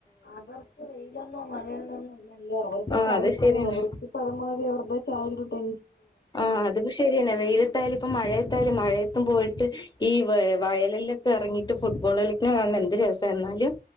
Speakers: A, on the left (about 85°); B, on the left (about 25°).
A: അവർക്ക് വെയിലന്നോ മഴയൊന്നോ ഒന്നും ഇല്ലല്ലോ അവർക്ക്
B: ആഹ്
A: കളിക്കുന്ന
B: അത് ശരിയാണ്
A: അവർ ഇപ്പൊ അവന്മാര് അവർടെ ചൈൽഡ്ഡുഡ്
B: ആഹ് അത്പ്പോ ശരിയന്നെ വെയിലത്തായാല് ഇപ്പം മഴയത്തായലും മഴയത്തും പോയിട്ട് ഈ വ വയലിലൊക്കെ ഇറങ്ങിട്ട് ഫുട്ബോള് കളിക്കണ കാൺനെന്ത് രസ്സന്നാലും